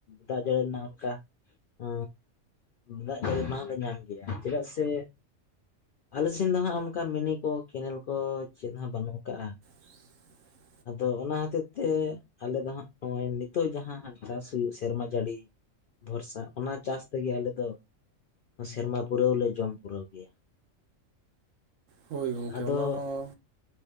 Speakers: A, on the left (about 65°); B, on the right (about 70°).
A: ᱫᱟᱜ ᱡᱟᱹᱲᱤ ᱨᱮᱱᱟᱜ ᱚᱱᱠᱟ ᱮ ᱫᱟᱜ ᱡᱟᱹᱲᱤ ᱵᱟᱝ ᱞᱮ ᱧᱟᱢ ᱜᱮᱭᱟ ᱪᱮᱫᱟᱜ ᱥᱮ‍‌‍ᱼᱼ ᱟᱞᱮ ᱥᱮᱱ ᱫᱚ ᱦᱟᱸᱜ ᱚᱱᱠᱟ ᱢᱤᱱᱤ ᱠᱚ ᱠᱮᱱᱮᱞ ᱠᱚ ᱪᱮᱫ ᱦᱚᱸ ᱵᱟᱹᱱᱩᱜ ᱟᱠᱟᱜᱼᱟ᱾
B: <unintelligible>
A: ᱟᱫᱚ ᱚᱱᱟ ᱦᱚᱛᱮᱡ <unintelligible> ᱛᱮ ᱟᱞᱮ ᱫᱚ ᱦᱟᱸᱜ ᱱᱚᱜ-ᱚᱭ ᱱᱤᱛ-ᱚᱜ ᱡᱟᱦᱟᱸ ᱦᱟᱸᱜ ᱪᱟᱥ ᱦᱩᱭᱩᱜ ᱥᱮᱨᱢᱟ ᱡᱟᱹᱲᱤ ᱵᱷᱚᱨᱥᱟ ᱚᱱᱟ ᱪᱟᱥ ᱛᱮᱜᱮ ᱟᱞᱮ ᱫᱚ ᱥᱮᱨᱢᱟ ᱯᱩᱨᱟᱹᱣ ᱞᱮ ᱡᱚᱢ ᱯᱩᱨᱟᱹᱣ ᱜᱮᱭᱟ
B: ᱦᱳᱭ ᱜᱚᱢᱠᱮ
A: ᱟᱫᱚ
B: ᱚᱱᱟ ᱦᱚᱸ